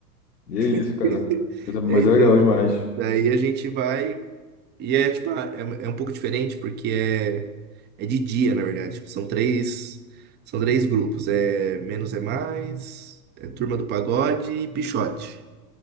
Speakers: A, on the left; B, on the right.
A: E é isso,
B: <laughs>
A: cara. Mas é, mas
B: É, então,
A: é legal demais.
B: daí a gente vai. E é tipo, ah, é, é um pouco diferente porque é, é de dia, na verdade. Tipo, são três, são três grupos. É Menos é Mais, é Turma do Pagode e Pixote.